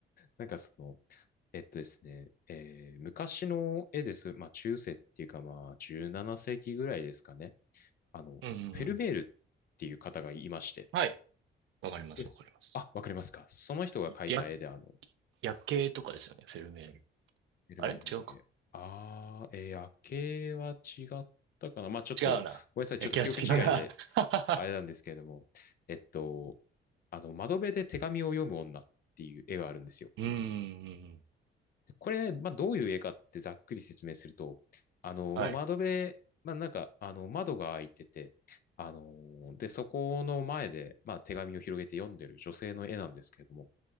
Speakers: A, on the left; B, on the right.
A: なんかその、えっとですね、えー昔の絵です。まあ、中世っていうか、まあ、17世紀ぐらいですかね。あの、
B: うんうんうん。
A: フェルメールっていう方がいまして。
B: はい。わかりますわかります。
A: です。あ、わかりますか。その人が描いた絵で、
B: や
A: あの、
B: 夜景とかですよね、フェルメール。
A: フェルメール夜景。
B: あれ違うか。
A: あー、えー夜景は違ったかな。まあ、ちょっと、
B: 違うな。
A: ごめんなさい。ちょっと記憶違いで、
B: 夜景は違うな。<laughs>
A: あれなんですけれども、えっと、あの、窓辺で手紙を読む女っていう絵があるんですよ。
B: うーん。
A: これ、まあ、どういう絵かってざっくり説明すると、あの、
B: はい。
A: まあ、窓辺、まあ、なんか、あの、窓が開いてて、あの、で、そこの前で、まあ、手紙を広げて読んでる女性の絵なんですけれども、